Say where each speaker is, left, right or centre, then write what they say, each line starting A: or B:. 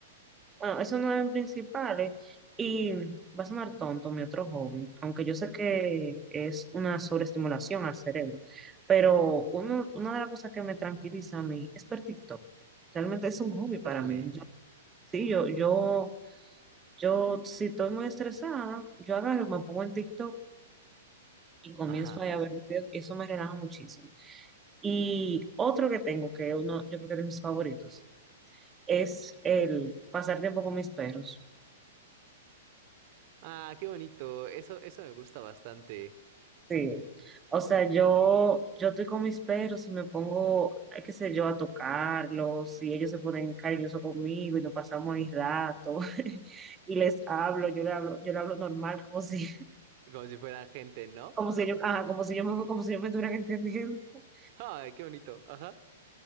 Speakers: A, on the right; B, on the right.
A: Bueno, eso no es principales. Y va a sonar tonto mi otro hobby, aunque yo sé que es una sobreestimulación al cerebro, pero uno, una de las cosas que me tranquiliza a mí es ver TikTok. Realmente es un hobby para
B: Órale.
A: mí. Yo, sí, yo, yo, yo, si estoy muy estresada, yo agarro, me pongo en TikTok y comienzo
B: Ajá.
A: ahí a ver videos y eso me relaja muchísimo. Y otro que tengo, que uno, yo creo que es de mis favoritos, es el pasar tiempo con mis perros.
B: Ah, qué bonito. Eso, eso me gusta bastante.
A: Sí, o sea, yo, yo estoy con mis perros y me pongo, eh, qué sé yo, a tocarlos, y ellos se ponen cariñosos conmigo y nos pasamos ahí rato, <laughs> y les hablo, yo le hablo, yo le hablo normal, como si, <laughs>
B: Como si fuera gente, ¿no?
A: como si yo, ajá, como si yo me, como si yo me estuvieran entendiendo. <laughs>
B: Ay, qué bonito. Ajá.